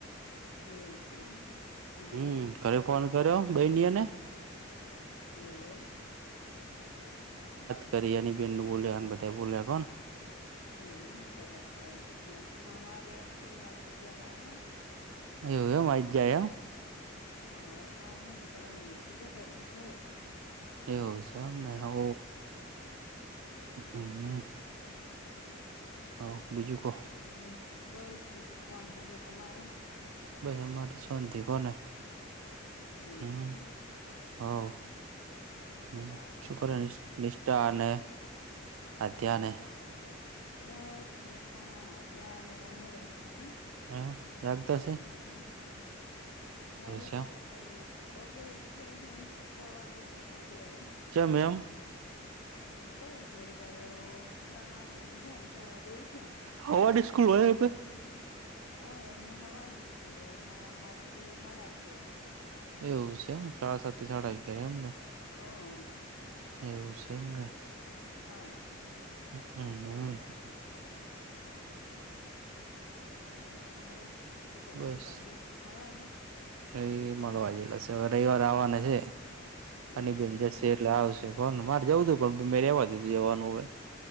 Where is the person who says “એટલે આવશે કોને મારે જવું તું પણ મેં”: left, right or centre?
Right